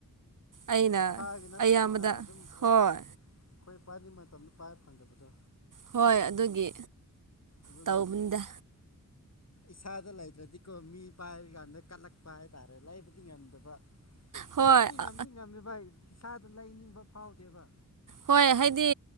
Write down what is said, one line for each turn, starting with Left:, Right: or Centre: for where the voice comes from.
Right: ꯑꯩꯅ
Left: ꯏꯁꯥꯒꯤ ꯅꯠꯇꯕꯅꯤꯅ
Right: ꯑꯌꯥꯝꯕꯗ
Left: ꯑꯗꯨꯝ
Right: ꯍꯣꯏ
Left: ꯑꯩ ꯑꯩꯈꯣꯏ ꯄꯥꯏꯅꯤꯡꯕ ꯃꯇꯝꯗ ꯄꯥꯏꯕ ꯐꯪꯗꯕꯗꯣ
Right: ꯍꯣꯏ ꯑꯗꯨꯒꯤ
Left: ꯑꯗꯨꯅ
Right: ꯇꯧꯕꯅꯤꯗ
Left: ꯏꯁꯥꯗ ꯂꯩꯇ꯭ꯔꯗꯤꯀꯣ ꯃꯤ ꯄꯥꯏ ꯀꯥꯟꯗ ꯀꯠꯂꯛꯄ ꯍꯥꯏꯇꯥꯔꯦ ꯂꯥꯏꯕꯗꯤ ꯉꯝꯗꯕ
Right: ꯍꯣꯏ
Left: ꯂꯥꯏꯕꯨꯗꯤ ꯉꯝꯗꯤ
Right: ꯑ
Left: ꯉꯝꯃꯤꯕ ꯏꯁꯥꯗ ꯂꯩꯅꯤꯡꯕ ꯐꯥꯎꯗꯦꯕ
Right: ꯍꯣꯏ ꯍꯥꯏꯗꯤ